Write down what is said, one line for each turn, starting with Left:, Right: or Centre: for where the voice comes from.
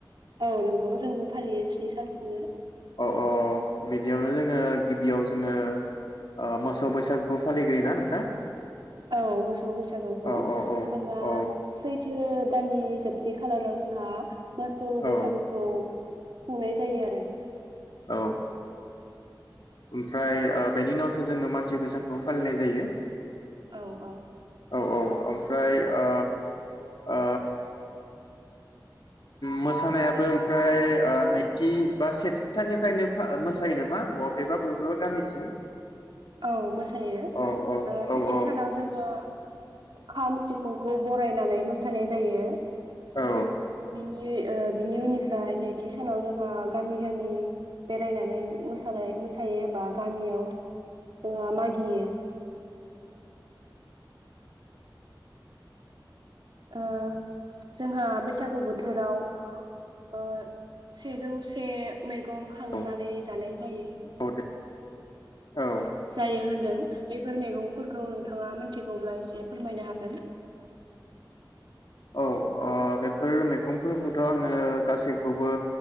Right: औ नंगौ जोंबो फालियो स्नि सानखौनो।
Left: अ औ बिदियावनो जोङो गिबियाव जोङो ओ मोसौ बैसागुखौ फालिग्रोयो ना नोंथां?
Right: औ मोसौ बैसागोखौ
Left: औ औ औ
Right: जोंहा
Left: औ
Right: सैथो दाननि जोबथि खालाराव जोंहा मोसौ बैसागोखौ
Left: औ
Right: खुंनाय जायो आरो।
Left: औ ओमफ्राय ओ बेनि उनावसो जोंनो मानसि बैसागुखौ फालिनाय जायो
Right: औ औ
Left: औ औ ओमफ्राय ओ ओ मोसानायाबो ओमफ्राय ओ नैथि बा सेथि थाननिफ्रायनो मोसायो नामा बबेबा बबेबा गामिथिं
Right: औ मोसायो
Left: औ औ
Right: ओ सेथि
Left: औ औ
Right: सानाव जोंहा खाम सिफुंखौ बरायनानै मोसानाय जायो
Left: औ
Right: बिनि ओ उननिफ्राय नैथि बे सानाव जोंहा गामि गामि बेरायनानै मोसानाय मोसायो एबा गामियाव जोंहा मागियो। ओ जोंहा बैसागु बोथोराव ओ सेजौसे मैगं खांनानै
Left: औ
Right: जानाय जायो
Left: औ दे औ
Right: जायो होनदों बेफोर मैगंफोरखौ नोंथाङा मिथिगौब्ला एसे फोरमायनो हागोन
Left: औ ओ बेफोर मैगंफोरखौथ आङो गासैखौबो